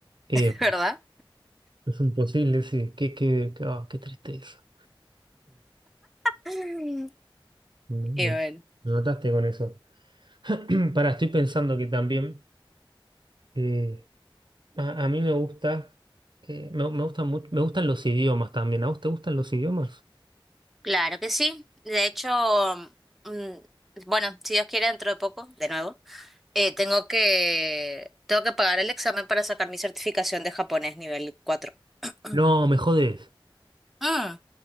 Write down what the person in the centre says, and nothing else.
<laughs> ¿Verdad?
Y
bueno.
Claro que sí. De hecho, mm, bueno, si Dios quiere, dentro de poco, de nuevo. eh, tengo que, tengo que pagar el examen para sacar mi certificación de japonés nivel cuatro <clears throat>
Mm,